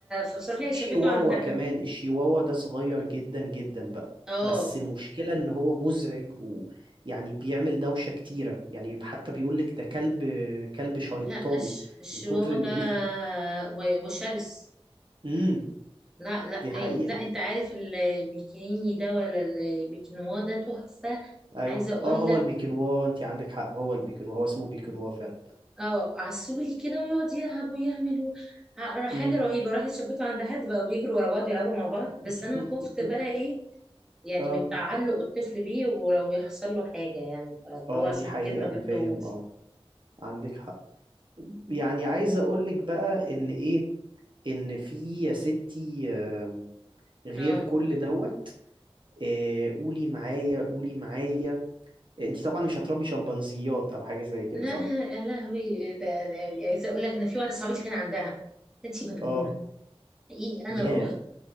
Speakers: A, in the centre; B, on the right.
A: فبصراحه
B: في شيواوا
A: شافته عندها
B: كمان الشيواوا ده صغير جدا جدا بقى
A: اه
B: بس المشكلة ان هو مزعج ويعني بيعمل دوشة كتيرة يعني حتى بيقولك ده كلب كلب شيطاني
A: لا الش- الشواوة
B: من كتر ال
A: ده و- وشرس
B: <laughs> امم
A: لا لا
B: دي
A: أي-
B: حقيقة
A: لا انت عارف البيكيني ده ولا البيكنوا ده تحفة
B: ايوه
A: عايزة اقول
B: اه هو
A: لك
B: البيكنوا انت عندك حق هو البيكنوا هو اسمه بيكنوا فعلا
A: اه عسولي كده ويقعد يلعب ويعمل و- ع- حاجة
B: امم
A: رهيبة راحت شافته عند حد بقى بيجروا ورا بعض يلعبوا مع بعض بس
B: <laughs>
A: انا خفت بقى ايه يعني
B: اه
A: من تعلق الطفل بيه ولو يحصل له حاجة يعني فاللي
B: اه
A: هو عشان
B: دي حقيقة
A: كده ما
B: انا
A: جبتهوش
B: فاهم اه عندك حق يعني عايز اقولك بقى ان ايه ان في يا ستي آم، غير
A: اه
B: كل دوت آه، قولي معايا قولي معايا انت طبعا مش هتربي شمبانزيات او حاجه زي كده
A: لا
B: صح
A: لا يا لهوي ده- ده- عايزة اقول لك انا في واحدة صاحبتي كان عندها انتي مجنونة
B: اه
A: حقيقي انا
B: ياه
A: رحت